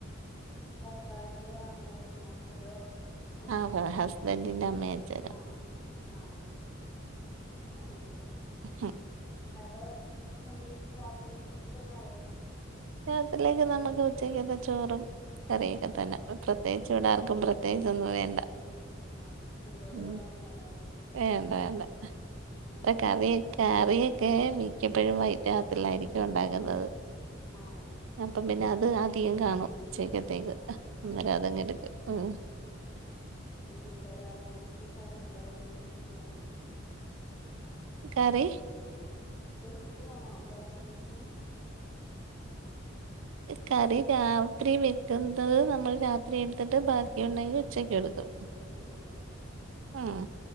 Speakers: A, on the left; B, on the right.
A: ഭർത്താവിന്റെ അമ്മ അഛനോ അതോ? സ്വന്തോ
B: ആഹ് ഹസ്ബൻഡിന്റെ അമ്മയും അച്ഛനും
A: ആഹ് ആഹ്. ഇതന്നെയാണ്.
B: ഹേ-
A: അടെ എന്ത രാത്രികൊക്കെ ഫുടോക്കെ ആയോ.
B: രാത്രിലേക്ക് നമ്മുക്ക് ഉച്ചയ്ക്കത്തെ ചോറും. കറിയൊക്കെ തന്നെ പ്രത്യേകിച്ച്
A: ഫുഡൊക്കെ
B: ഇവിട ആർക്കും പ്രത്യേകിച്ചോന്നും വേണ്ട.
A: ആഹ് ചൂടോടെള്ളതൊന്നും
B: ഉം
A: വേണ്ടല്ലേ.
B: വേണ്ട വേണ്ട
A: ഉം എന്താ
B: ഇതാ
A: കറി
B: കറിയൊക്കെ.
A: എന്താ?
B: കറിയക്കെ മിക്കപ്പഴും വൈ രാത്രിലായിരിക്കും ഒണ്ടാക്കുന്നത്
A: ആഹ്
B: അപ്പൊ പിന്നെ അത് അധികം കാണും ഉച്ചക്കത്തേക്ക്
A: ആഹ്
B: അന്നരം അതങ്ങ് എടുക്കും‌ ഉം
A: ഇന്ന് ഇന്ത രാത്രികക്ക് കറി ഇണ്ട അതോ നി വെച്ച്ട്ട് വേണോ
B: കറി
A: വെച്ച്ട്ട് വേണോ രാത്രിക്ക്‌ കറി
B: കറി രാത്രി വെക്കുന്നത് നമ്മൾ രാത്രി എടുത്തട്ട് ബാ ക്കി ഒണ്ടെങ്കി ഉച്ചക്കെടുക്കും
A: പോയ്‌ കടുപ്പം
B: ആഹ്